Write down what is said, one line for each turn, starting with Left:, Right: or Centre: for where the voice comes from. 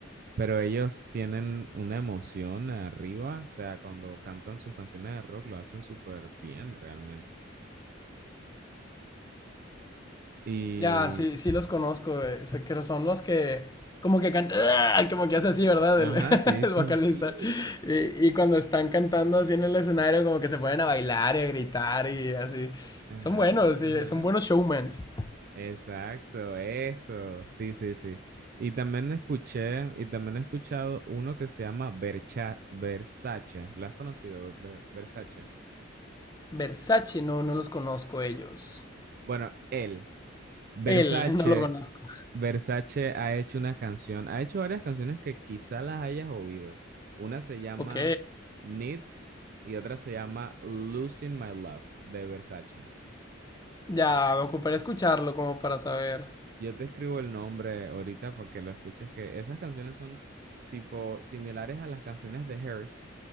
Right: Pero ellos tienen una emoción arriba, o sea, cuando cantan sus canciones de rock lo hacen súper bien realmente. Y
Left: Ya, sí, sí los conozco, eh, sé que son los que como que cantan, <laughs> como que hace así, ¿verdad?
Right: Ajá,
Left: El, <laughs>
Right: sí,
Left: el
Right: sí,
Left: vocalista.
Right: sí.
Left: Y, y cuando están cantando así en el escenario, como que se ponen a bailar y a gritar y así.
Right: Ajá,
Left: Son buenos,
Right: ajá.
Left: sí, son buenos showmans.
Right: Exacto, eso. Sí, sí, sí. Y también escuché, y también he escuchado uno que se llama Vercha- Versace. ¿Lo has conocido, Ver- Versace?
Left: Versace, no, no los conozco ellos.
Right: Bueno, él, Versace,
Left: Él, <laughs> no lo conozco.
Right: Versace ha hecho una canción, ha hecho varias canciones que quizá las hayas oído. Una se llama
Left: Ok,
Right: Needs y otra se llama Losing My Love de Versace.
Left: ya, me ocuparé escucharlo como para saber.
Right: Yo te escribo el nombre ahorita para que lo escuches, que esas canciones son tipo similares a las canciones de Hers,